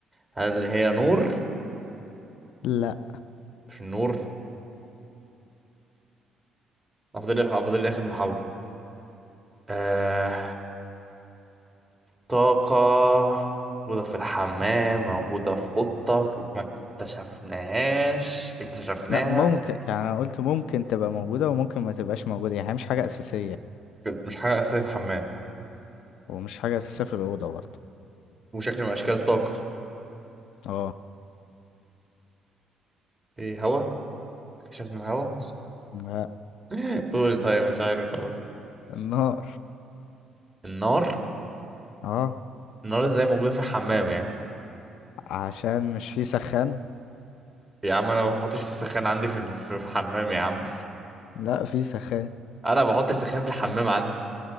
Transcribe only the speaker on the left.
لا
لا ممكن يعني انا قلت ممكن تبقى موجودة وممكن ما تبقاش موجودة يعني هي مش حاجة أساسية
ومش حاجة أساسية في الأوضة برضه
اه
لا
النار
اه
عشان مش في سخان
لا في سخان